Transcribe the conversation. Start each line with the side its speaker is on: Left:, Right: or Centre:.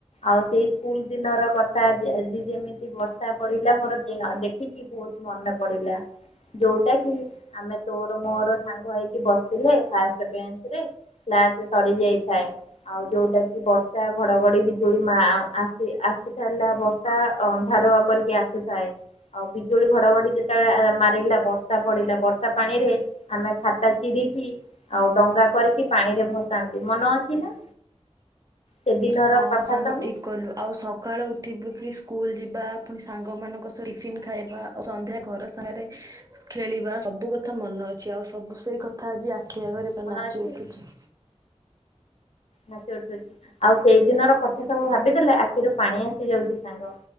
Left: ଆଉ ସେଇ ସ୍କୁଲ ଦିନର କଥା ଆ ଆଜି ଯେମିତି ବ ଷା ପଡିଲା ମୋର ଦି ଦେଖିକି ବହୁତ ମନେ ପଡିଲା। ଯୋଉଟା କି ଆମେ ତୋର ମୋର ସାଙ୍ଗ ହେଇକି ବସିଥିଲେ ଫାଷ୍ଟ ବେଞ୍ଚ ରେ। କ୍ଲାସ୍ ସରି ଯାଇଥାଏ। ଆଉ ଯୋଉଟା କି ବର୍ଷା ଘଡଘଡି ବିଜୁଳି ମା ଆସ୍ ଆଶିସାରିଲା ବର୍ଷା ଅନ୍ଧାରଆ କରିକି ଆସିଥାଏ। ଆଉ ବିଜୁଳି ଘଡଘଡି ଯେତେବେଳେ ମାରିଲା ବର୍ଷା ପଡିଲା ବର୍ଷା ପାଣିରେ ଆମେ ଖାତା ଚିରିକି ଆଉ ଡଙ୍ଗା କରିକି ପାଣି ରେ ଭସାନ୍ତି ମନେ ଅଛି ନା? ସେଦିନର
Right: ହଁ
Left: କଥା
Right: ହଁ ସାଙ୍ଗ
Left: ସବୁ
Right: ଠିକ୍ କଲୁ ଆଉ ସକାଳୁ ଉଠିବୁ କି ସ୍କୁଲ ଯିବା ପୁଣି ସାଙ୍ଗମାନଙ୍କ ସହ ଟିଫିନ୍ ଖାଇବା ଆଉ ସନ୍ଧ୍ୟା ଘର ସ୍ଥାନରେ ଖେଳିବା ସବୁ କଥା ମନେ ଅଛି ଆଉ ସବୁ ସେଇ କଥା ଆଜି ଆଖି ଆଗରେ
Left: ମନେ
Right: ନାଚି
Left: ଅଛି
Right: ଉଠୁଛି।
Left: <inaudible> ଆଉ ସେଇ ଦିନର କଥା ସବୁ ଭାବିଦେଲେ ଆଖିରୁ ପାଣି ଆସି ଯାଉଛି ସାଙ୍ଗ।